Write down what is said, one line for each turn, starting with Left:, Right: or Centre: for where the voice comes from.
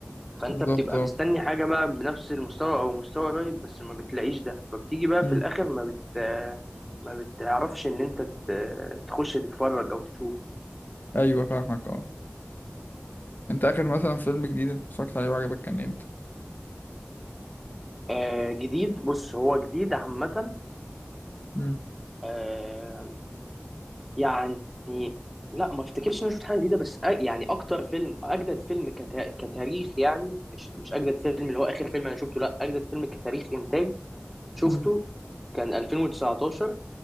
Centre: فانت
Left: بالظبط
Centre: بتبقى
Left: اه
Centre: مستني حاجه بقى بنفس المستوى او مستوى قريب بس ما بتلاقيش ده فبتيجي بقى
Left: امم
Centre: في الاخر ما بت ما بتعرفش ان انت ت- تخش تتفرج او تشوف
Left: ايوه فاهمك اه انت اخر مثلا فيلم جديد انت اتفرجت عليه وعجبك كان امتى
Centre: آه، جديد بص هو جديد عامه
Left: مم.
Centre: آه، يعني لا ما افتكرش ان انا شفت حاجه جديده بس أ- يعني اكتر فيلم اجدد فيلم كتا- كتاريخ يعني مش مش اجدد فيلم اللي هو اخر فيلم انا شفته لا اجدد فيلم كتاريخ انتاج شفته
Left: مم.
Centre: كان 2019